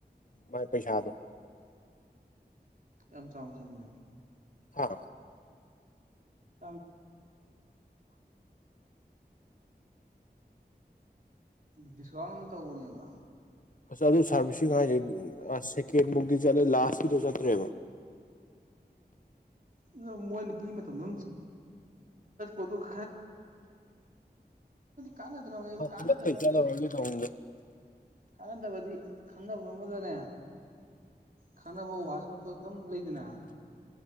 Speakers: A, on the left; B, on the right.
A: ꯃꯥꯥꯏ ꯄꯩꯁꯥꯗꯣ
B: ꯌꯥꯝ ꯆꯥꯎꯅ ꯆꯪꯉꯤꯅ
A: ꯍꯥ
B: <unintelligible> ꯗꯤꯁꯀꯥꯎꯟ ꯑꯃ ꯇꯧꯕꯅꯦꯕ
A: ꯑ ꯑꯗꯨ ꯁꯥꯔꯚꯤꯁ ꯍꯥꯏꯖ <unintelligible> <unintelligible> ꯂꯥꯁꯀꯤꯗꯣ ꯆꯇ꯭ꯔꯦꯕ
B: <unintelligible> ꯃꯣꯏꯅ ꯄꯤꯕ ꯃꯇꯝꯗꯨ ꯑꯗꯨꯝ <unintelligible> <unintelligible> ꯀꯥꯟꯅꯗ꯭ꯔ
A: ꯍꯟꯗꯛꯇꯩ
B: ꯀꯥꯟꯅꯗꯕꯗꯤ
A: ꯆꯠꯂꯔꯣꯏꯒꯦ ꯇꯧꯕꯅꯤꯗ
B: ꯀꯅꯗꯕꯗꯤ ꯈꯪꯅꯕ ꯑꯃꯗꯅꯦ ꯈꯪꯅꯕ ꯋꯥ <unintelligible> <unintelligible> ꯂꯩꯗꯅ